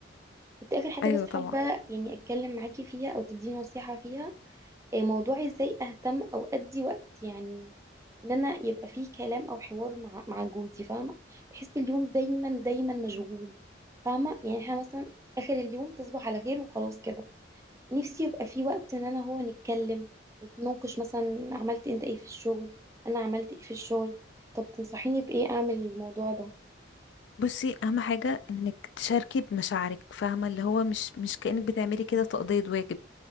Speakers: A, on the right (about 15°); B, on the left (about 70°).
A: كنت اخر حاجه
B: ايوه
A: بس
B: طبعا
A: حابه يعني اتكلم معاكي فيها او تديني نصيحه فيها إيه موضوع ازاي اهتم او ادي وقت يعني ان انا يبقى فيه كلام او حوار مع مع جوزي فاهمه بحس اليوم دايما دايما مشغول فاهمه يعني احنا مثلا اخر اليوم تصبح على خير وخلاص كده نفسي يبقى فيه وقت ان انا هو نتكلم نتناقش مثلا عملت انت ايه في الشغل انا عملت ايه في الشغل طب تنصحيني بايه اعمل الموضوع ده
B: بصي اهم حاجه انك تشاركي بمشاعرك فاهمه اللي هو مش مش كانك بتعملي كده تقضيه واجب